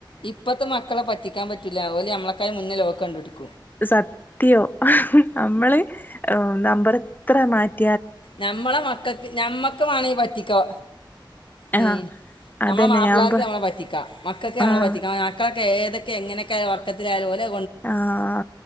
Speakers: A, on the left; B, on the left.
A: ഇപ്പത്തെ മക്കളെ പറ്റിക്കാൻ പറ്റൂല. ഓല് ഞമ്മളക്കാ മുന്നേ ലോക്ക് കണ്ട് പിടിക്കും
B: സത്യോ നമ്മള് നമ്പർ എത്ര മാറ്റി
A: നമ്മളെ മക്കക്ക് ഞമ്മക്ക് വേണ പറ്റിക്കോ ഉം
B: ആഹ്
A: നമ്മളെ
B: അതന്നെ
A: മാപ്പളാർക്
B: ഞാൻ പ
A: നമ്മളെ പറ്റിക്ക മക്കൾക്ക് നമ്മളെ
B: ആഹ്
A: പറ്റിക്ക <inaudible> ഏതൊക്കെ എങ്ങനൊക്കെ ഉർക്കത്തിലായാലും ഓല്
B: ആആ